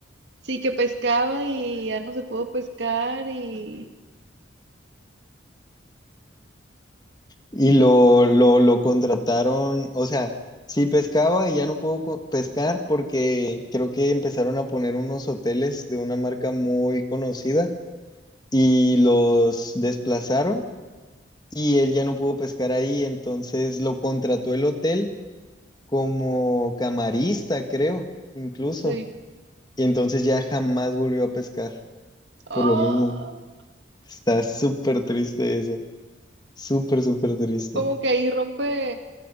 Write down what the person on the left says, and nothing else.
y lo, lo, lo contrataron, o sea, sí pescaba y ya no puedo co- pescar porque creo que empezaron a poner unos hoteles de una marca muy conocida y los desplazaron y él ya no pudo pescar ahí, entonces lo contrató el hotel como camarista, creo, incluso.
Y entonces ya jamás volvió a pescar,
por lo mismo. Está súper triste eso, súper, súper triste.